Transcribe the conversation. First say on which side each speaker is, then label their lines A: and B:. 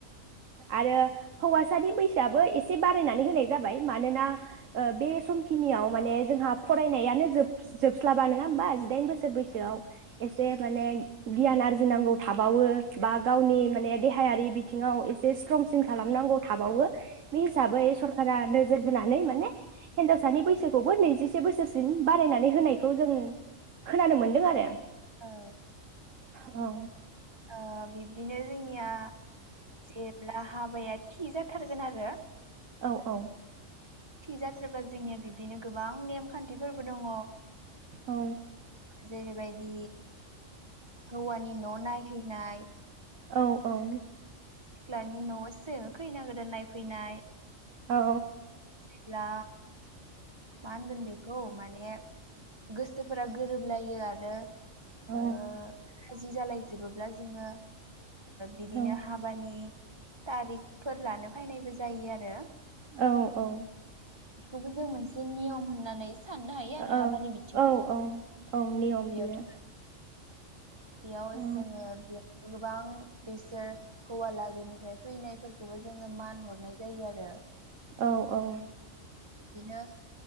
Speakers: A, on the right; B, on the right.
A: आरो हौवासानि बैसाआबो एसे बारायनानै होनाय जाबाय मानोना ओ बे समखिनियाव माने जोंहा फरायनायानो जोब जोबस्लाबा नङा होमबा जिदाइन बो सोर बैसोआव एसे माने गियान आरजिनांगौ थाबावो बा गावनि माने देहायारि बिथिङाव एसे स्ट्रंसिन खालामनांगौ थाबावो बे हिसाबै सरखारा नोजोर होनोनानै माने हिनजावसानि बैसोखौबो नैजिसे बोसोरसिम बारायनानै होनायखौ जों खोनानो मोनदों आरो।
B: औ
A: औ।
B: ओ बि दिनो जोंनिया जेब्ला हाबाया थि जाथारगोन आरो
A: औ औ।
B: थि जाथाराब्ला जोंनिया बिब्दिनो गोबां नेमखान्थिफोरबो दङ।
A: औ
B: जेरैबायदि हौवानि न' नाय हैनाय
A: औ औ।
B: सिख्लानि न'आवसो खैना गोदान नायफैनाय।
A: औ।
B: अब्ला मा होनगोन बेखौ माने गोसोफोरा गोरोबलायो आरो।
A: औ
B: आ जि जालाय जोबोब्ला जोङो बिदिनो
A: औ
B: हाबानि तारिकफोर लानो फायनायबो जायो आरो
A: औ औ।
B: बेखौबो जों मोनसे नियम होननानै साननो हायो आरो
A: औ
B: हाबानि बिथिं
A: औ औ औ नियम
B: बेयाव
A: बियो।
B: बेयाव
A: औ
B: जोङो बे गोबां बिसोर हौवा लागोनिफ्राय फैनायफोरखौबो जोङो मान हरनाय जायो आरो
A: औ औ।
B: बिदिनो